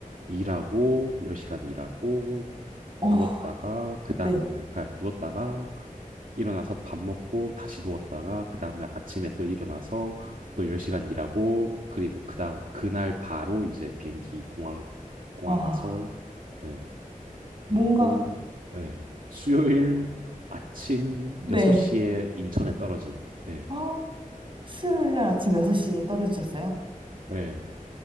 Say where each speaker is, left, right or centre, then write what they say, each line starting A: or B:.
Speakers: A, on the right; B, on the right.
A: 일하고 10시간 일하고
B: 어,
A: 누웠다가 그 다음날
B: 네.
A: 그 누웠다가 일어나서 밥 먹고 다시 누웠다가 그 다음날 아침에 또 일어나서 또 10시간 일하고 그리고 그다음 그날 바로 이제 비행기 공항 공항
B: 와,
A: 가서 예, 그리고
B: 뭔가,
A: 예, 수요일 아침
B: 네.
A: 6시에 인천에 떨어진 예,
B: 아, 수요일 날 아침 6시에 떨어지셨어요?
A: 예,